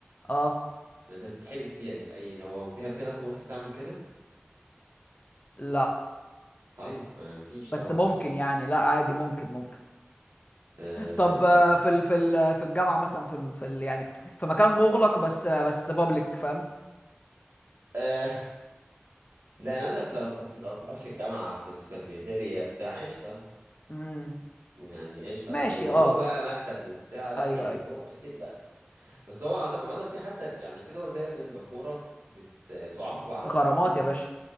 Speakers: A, on the left (about 35°); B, on the right (about 85°).
A: اه
B: ده أنت بتتحبس فيها دي في أي ده هو فيها في ناس في مصر بتعمل كده
A: لا
B: طيب ما فيش
A: بس
B: طبعا
A: ممكن
B: مواصلات
A: يعني لا عادي ممكن ممكن
B: أه...
A: طب آه، في ال في ال في الجامعة مثلا في ال في ال يعني في مكان مغلق بس آه، بس بابليك فاهم
B: أه... لا للأسف لو في لو في حوش الجامعة في الكافيتيريا بتاع قشطة
A: امم
B: يعني قشطة
A: ماشي
B: لكن
A: اه
B: جوه بقى مكتب وبتاع لا
A: ايوه
B: يعني
A: ايوه
B: جوه أكيد لا بس هو عامة عامة في حتى في يعني في دول زي سنغافورة بتعاقب على
A: غرامات
B: التدخين في
A: يا باشا